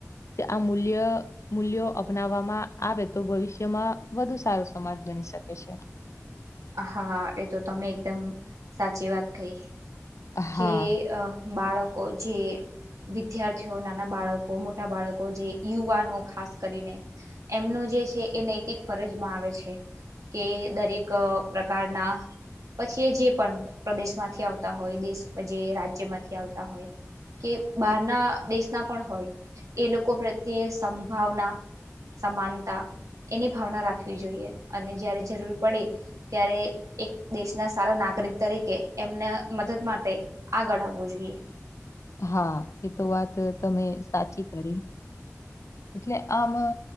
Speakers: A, on the left (about 65°); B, on the right (about 80°).
A: કે આ મૂલ્ય મૂલ્યો અપનાવવામાં આવે તો ભવિષ્યમાં વધુ સારો સમાજ બની શકે છે.
B: હા એ તો તમે એકદમ સાચી વાત કહી
A: હા
B: કેએ અ બાળકો જેઅ વિદ્યાર્થીઓ, નાના બાળકો, મોટા બાળકો, જે યુવાનો ખાસ કરીને એમનું જે છે એ નૈતિક ફરજમાં આવે છે કે દરેક પ્રકારના પછી એ જે પણ પ્રદેશ માંથી આવતા હોય દેશ અ જે રાજ્ય માંથી આવતા હોય કે બહારના દેશના પણ હોય એ લોકો પ્રત્યે સંભાવના સમાનતા એની ભાવના રાખવી જોઈએ અને જયારે જરૂર પડે ત્યારે એક દેશના સારા નાગ રિક તરીકે એમને મદદ માટે આગળ આવવું જોઈએ.
A: હા એ તો વાત તમે સાચી કરી. એટલે આમ